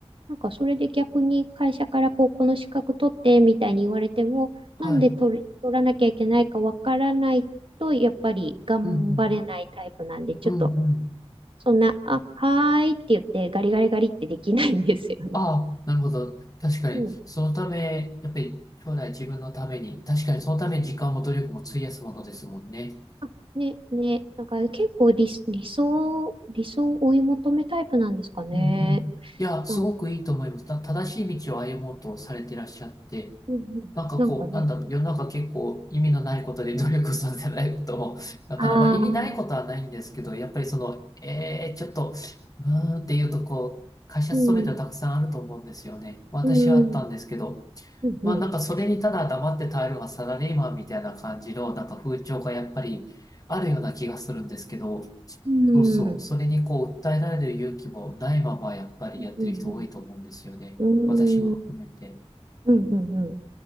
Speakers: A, on the right (about 55°); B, on the left (about 35°).
A: なんかそれで逆に会社からこう、この資格取ってみたいに言われても、
B: はい。
A: なんで取れ、取らなきゃいけないかわからないと、やっぱり頑張れないタイプなんで、
B: うん、
A: ちょっと、
B: うん、うん、うん。
A: そんな、あ、はーいって言ってガリガリガリってできないんですよね。
B: ああ、なるほど。確かに、
A: うん。
B: そのため、やっぱり将来自分のために、確かにそのために時間も努力も費やすものですもんね。
A: あ、ね、ね、だから結構理、理想、理想を追い求めタイプなんですかね。
B: うんうん。いや、すごくいいと思います。
A: なん、
B: た正しい道を歩もうとされてらっしゃって、
A: うんうん、
B: なんかこう、
A: なんかね、
B: なんだろう、世の中結構意味のないことで努力されてないことも、<laughs> なかなか、
A: ああ、
B: まあ、意味ないことはないんですけど、
A: うん、
B: やっぱりその、えー、ちょっと、うーんっていうとこう、会社勤めてはたくさんあると思うんですよね。
A: うん、
B: 私はあったんですけど、
A: うん、うん、
B: まあなんかそれにただ黙って耐えるのがサラリーマンみたいな感じの、
A: うん。
B: なんか風潮がやっぱりあるような気がするんですけど、
A: うん。
B: そうそう。
A: うん
B: それにこう、訴えられる勇気もないまま、やっぱりやってる人多いと思うんですよね。
A: うんうん。
B: 私も含めて。
A: うーん。うんうんう